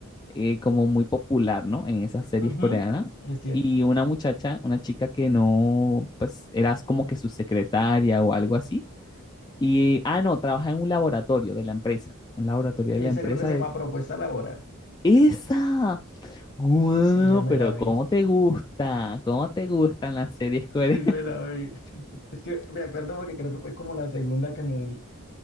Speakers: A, on the left (about 20°); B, on the left (about 55°).
A: eh, como muy popular, ¿no? En esas series
B: Ujú,
A: coreanas.
B: Es cierto.
A: Y una muchacha, una chica que no, pues eras como que su secretaria o algo así. Y, ah, no, trabaja en un laboratorio de la empresa, en el laboratorio
B: Esa
A: de la empresa
B: creo que se
A: de...
B: llama Propuesta Laboral.
A: ¡Esa! ¡Guau!
B: Sí, yo me
A: Pero
B: la vi.
A: ¿cómo te gusta? ¿Cómo te gustan las series coreanas?
B: Sí, me la vi. Es que me acuerdo porque creo que fue como la segunda que me vi.